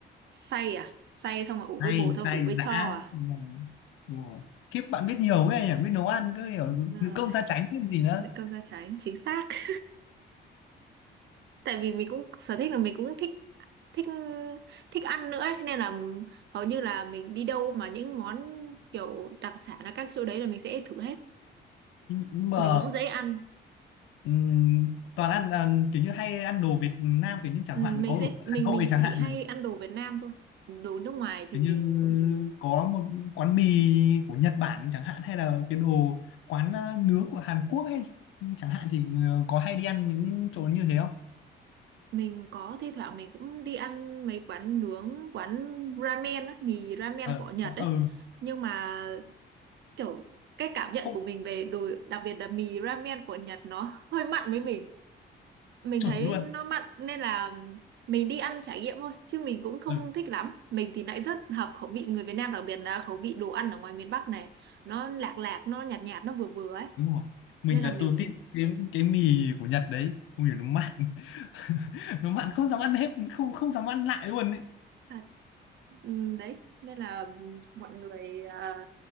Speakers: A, on the right (about 60°); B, on the left (about 85°).
A: Xay à? Xay xong rồi ủ
B: say
A: với bột thôi,
B: say
A: ủ với
B: dã
A: cho à?
B: Ừ. Ủa. kiếp bạn biết nhiều ghê nhỉ biết nấu ăn cứ hiểu
A: Đúng
B: nữ
A: rồi,
B: công gia chánh cái gì nữa
A: đựng cơm da trắng, chính xác. <laughs> Tại vì mình cũng sở thích là mình cũng thích thích thích ăn nữa ấy. Nên là hầu như là mình đi đâu mà những món kiểu đặc sản ở các chỗ đấy là mình sẽ thử hết.
B: Ừ. nhưng mà
A: Mình cũng dễ ăn.
B: ừm, toàn ăn à, kiểu như hay ăn đồ Việt Nam kiểu như chẳng
A: Ừ,
B: hạn
A: Mình
B: có
A: sẽ
B: ở
A: mình
B: Hà Nội
A: mình
B: chẳng
A: chỉ
B: hạn
A: hay
B: này
A: ăn đồ Việt Nam thôi. Đồ nước ngoài thì
B: kiểu
A: mình
B: như có một quán mì của Nhật Bản chẳng hạn hay là cái đồ quán à, nướng của Hàn Quốc hay chẳng hạn thì ờ, có hay đi ăn những chỗ như thế không
A: mình có thi thoảng mình cũng đi ăn mấy quán nướng, quán ramen á, mì ramen
B: ờ
A: của Nhật
B: ờ
A: ấy.
B: ờ,
A: Nhưng mà kiểu cái cảm nhận
B: không
A: của mình về đồ đặc biệt là mì ramen của Nhật nó hơi mặn với mình mình
B: chuẩn
A: thấy
B: luôn
A: nó mặn nên là mình đi ăn trải nghiệm thôi chứ mình cũng không
B: ừ,
A: thích lắm mình thì lại rất hợp khẩu vị người Việt Nam đặc biệt là khẩu vị đồ ăn ở ngoài miền Bắc này nó lạc lạc nó nhạt nhạt nó vừa vừa ấy
B: đúng rồi mình
A: nên là
B: lần
A: mình
B: đầu tiên cái cái mì của Nhật đấy ui nó mặn <laughs> nó mặn không dám ăn hết không không dám ăn lại luôn ấy
A: à, ừm, đấy nên là mọi người à,